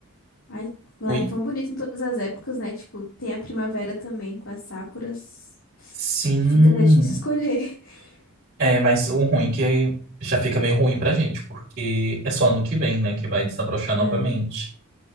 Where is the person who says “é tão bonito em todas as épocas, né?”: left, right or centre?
Left